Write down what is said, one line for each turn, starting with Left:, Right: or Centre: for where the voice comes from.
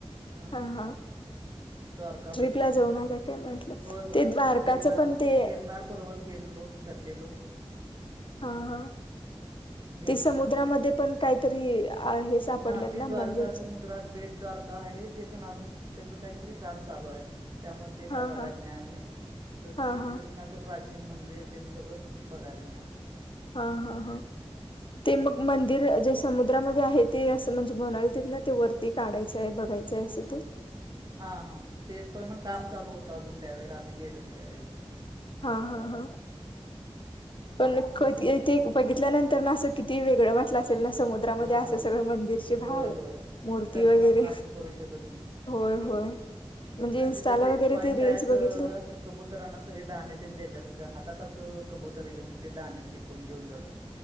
Right: अ
Left: हा हा
Right: द्वारका
Left: ट्रीपला
Right: बघितली
Left: जाऊन आला काय म्हटलं
Right: होय होय
Left: ते द्वारकाचं
Right: गिरनार
Left: पण ते
Right: गिरनार पर्वत गेलेलो चढलेलो.
Left: हा हा.
Right: गिरनार
Left: ते समुद्रामध्ये
Right: पर्वत
Left: पण कायतरी हे सापडलेत
Right: हां ती
Left: ना
Right: द्वारका
Left: मंदिरचे
Right: समुद्रात बेद तारका आहे ते पण अजून तेज कायतरी काम चालूय. त्यामुळ ते
Left: हा
Right: काय बघायला
Left: हा
Right: मिळाल नाइ कृ
Left: हा
Right: कृष्ण
Left: हा
Right: ष्णाच प्राचीन मंदिर तेन सगळं बघायला मिळालं.
Left: हा हा हा ते मग मंदिर जस समुद्रामध्ये आहे ते असं म्हणजे म्हणाल तित ना वरती काढायचाय बघायचाय असं ते
Right: हा हा ते पण काम चालू होत अजून त्यावेेळेला आम्ही गेलेलो त्यावेळेला
Left: हा हा हा. पण कधी
Right: ते
Left: <unintelligible> बघितल्यानंतर आसं किती वेगळं वाटलं असेल ना समज द्रामध्ये
Right: होय
Left: आस
Right: होय
Left: सगळं मंदिरचे भाग
Right: होय होय
Left: मूर्ती
Right: कल्पना
Left: वैगरे
Right: पण आपण करू शकत नाही
Left: होय होय म्हणजे
Right: आणि
Left: इन्स्टाला
Right: तिथंच एक
Left: वगरे
Right: पॉइंट
Left: ते रिल्स
Right: आहे असं
Left: बघितल्या
Right: असं कबुतरांना सगळे दाणे तेन देत्यात का हातात आसं कबुतर येऊन ते दाणे टिपून घेऊन जातात